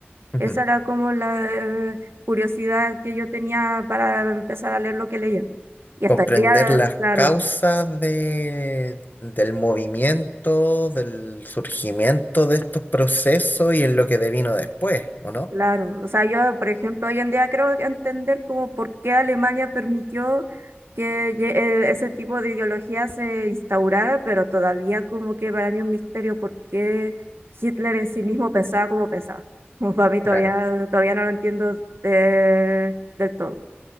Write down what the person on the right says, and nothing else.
Esa era como la eh, curiosidad que yo tenía para empezar a leer lo que leía. Y hasta
el día
de- claro,
claro. O sea, yo, por ejemplo, hoy en día creo que entender como por qué Alemania permitió que lle- eh, ese tipo de ideología se instaurara, pero todavía como que para mí un misterio por qué Hitler en sí mismo pensaba como pensaba. Como para mí todavía,
todavía no lo entiendo eh, del todo.